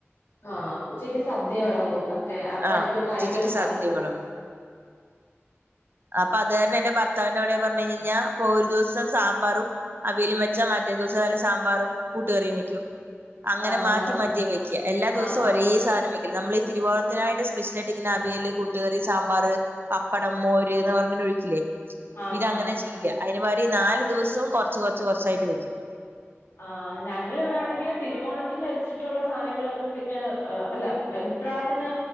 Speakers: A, on the left (about 60°); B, on the right (about 50°).
A: ആഹ് ഉച്ചക്ക് സദ്യ വിളമ്പും ഒക്കെ അപ്പം
B: ആഹ്
A: എനിക്കോന്ന്ന്ന്
B: ഉച്ചക്ക്
A: അയിൻ്റൊര് പങ്ക്
B: സദ്യ വിളമ്പും അപ്പൊ അത് കാരണം എന്റെ ഭർത്താവിന്റെ അവിടെയാ പറഞ്ഞയഞ് കഴിഞ്ഞാ ഇപ്പോ ഒരു ദിവസം സാമ്പാറും അവിയലും വെച്ചാ മറ്റേ ദിവസം നല്ല സാമ്പാറും കൂട്ടുകറിയും വെക്കും. അങ്ങനെ
A: ആഹ്
B: മാറ്റി മാറ്റിയാ വെക്ക്യ. എല്ലാ ദിവസവും
A: ആഹ്
B: ഒരേ
A: ആഹ്
B: സാധനം വെക്കില്ല്യാ. നമ്മളീ തിരുവോ ത്തിനായിട്ട് സ്പെഷ്യലായിട്ടിങ്ങനെ അവിയല്, കൂട്ടുകറി, സാമ്പാറ്, പപ്പടം, മോര് ന്ന് പറഞ്ഞ് ഇങ്ങനെ ഒഴിക്കില്ലേ.
A: ആഹ്
B: ഇതങ്ങനെ
A: ആഹ്
B: ചെയ്യില്ല. അയിന് പകരം ഈ നാല് ദിവസവും കൊറച്ച് കുറച്ച് കൊറച്ചായിട്ട് വെക്കും.
A: ആഹ്. ഞങ്ങളിവിടാണെങ്കില് തിരുവോണത്തിന് വെച്ചിട്ടുള്ള സാനങ്ങളൊന്നും പിന്നെ അല്ല ഉ ഉത്രാണത്തിന്